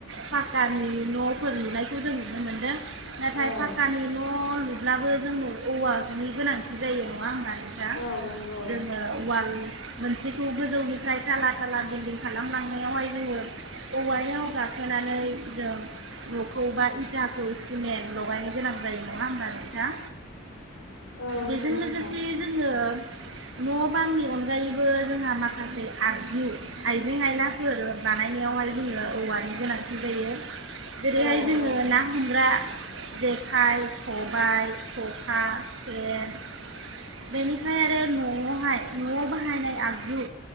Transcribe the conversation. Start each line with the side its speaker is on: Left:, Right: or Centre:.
Right: पाकानि नफोर लुनायखौ जों नुनो मोन्दों। नाथाय
Left: औ
Right: फाक्कानि न' लु ब्लाबो जोंनो औवानि गोनांथि जायो नङा होमबा नोंथां?
Left: औ नंगौ
Right: जों ओ वाल मोनसेखौ गोजौनिफ्राय ताला ताला बिल्दिं खालामलांनायावहाय जोङो औवायाव गा खोनानै जों न'खौ बा इटाखौ सिमेन्ट लगायनो गोनां जायो नङा होमबा नों थां?
Left: औ नंगौ
Right: बेजों
Left: नोंथां
Right: लोगोसे जोङो न' बांनि अनगायैबो जोंहा माखासे आगजु, आइजें आयलाफोर बानायनायावहाय जोंनो औवानि गोनांथि जायो। जेरैहाय
Left: औ
Right: जोङो
Left: औ
Right: ना हमग्रा जेखाय, ख' बाय ख'खा सेन बेनिफ्राय आरो न'आवहाय न'आव बाहायनाय आगजु